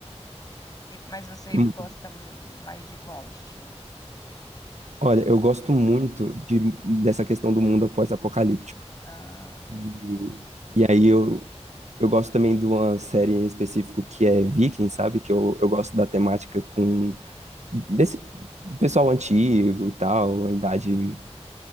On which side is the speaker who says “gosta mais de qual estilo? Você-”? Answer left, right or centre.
Left